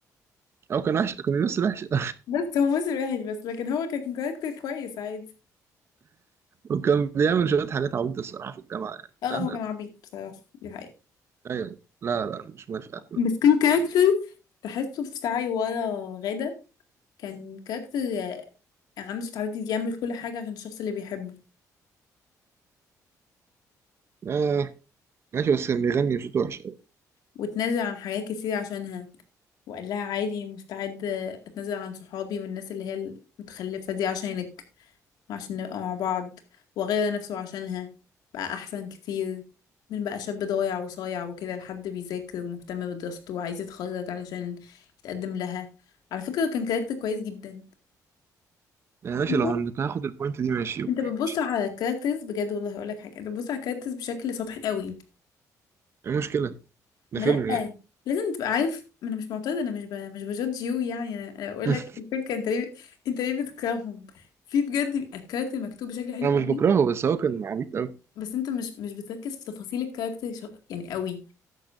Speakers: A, on the right; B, on the left.
A: هو كان وحش كان بيمثل وحش <laughs>
B: بس هو موسم واحد بس لكن هو كان كاركتر كويس عادي
A: وكان بيعمل شوية حاجات عبيطة الصراحة في الجامعة يعني
B: اه
A: لا
B: هو
A: لا
B: كان
A: لا
B: عبيط بصراحة دي حقيقة
A: أيوة لا لا مش موافق على الكلام
B: بس كان كاركتر تحسه في سعي ورا غادة كان كاركتر آه، عنده استعداد يعمل كل حاجة عشان الشخص اللي بيحبه
A: ده. آه ماشي بس كان بيغني بصوت وحش أوي
B: وتنازل عن حاجات كتير عشانها وقال لها عادي مستعد آه، اتنازل عن صحابي والناس اللي هي المتخلفة دي عشانك وعشان نبقى مع بعض وغير نفسه عشانها بقى أحسن كتير من بقى شاب ضايع وصايع وكده لحد بيذاكر ومهتم بدراسته وعايز يتخرج علشان يتقدم لها على فكرة كان كاركتر كويس جدا
A: يعني ماشي
B: انت
A: لو هن- كان هاخد البوينت دي ماشي أوكي
B: انت بتبص
A: ماشي
B: على الكاركترز بجد والله هقولك حاجة انت بتبص على الكاركترز بشكل سطحي قوي
A: إيه المشكلة ده
B: ما
A: فيلم
B: لأ
A: يعني
B: لازم تبقى عارف ما انا مش معترضة انا مش ب... مش بجادج يو يعني انا أنا بقولك
A: <laughs>
B: الفكرة انت ليه انت ليه بتكرههم في بجد بيبقى الكاركتر مكتوب بشكل حلو
A: أنا
B: قوي
A: مش بكرهه بس هو كان عبيط أوي
B: بس انت مش مش بتركز في تفاصيل الكاركتر شو... يعني قوي